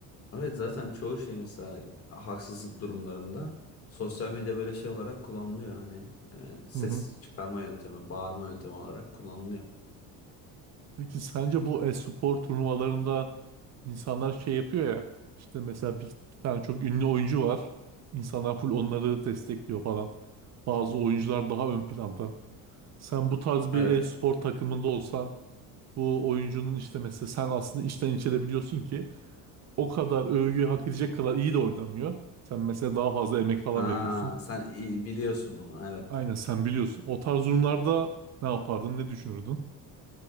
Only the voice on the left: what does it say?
Evet zaten çoğu şey mesela haksızlık durumlarında sosyal medya böyle şey olarak kullanılıyor. Hani e, ses
çıkarma yöntemi, bağırma yöntemi olarak kullanılıyor.
Evet.
Ha
sen iyi biliyorsun bunu. Evet.